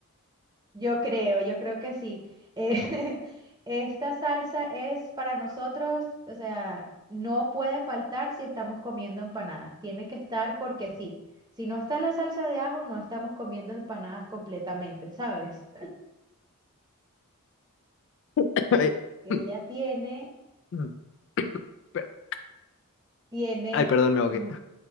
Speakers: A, on the right (about 20°); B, on the left (about 55°).
A: Yo creo, yo creo que sí. Eh, <laughs> esta salsa es para nosotros, o sea, no puede faltar si estamos comiendo empanadas. Tiene que estar porque sí. Si no está la salsa de ajo, no estamos comiendo empanadas completamente, ¿sabes?
B: <laughs> Ay,
A: Ella
B: <coughs>
A: tiene,
B: <clears throat>
A: tiene...
B: Ay, perdón, me ahogué.
A: mm,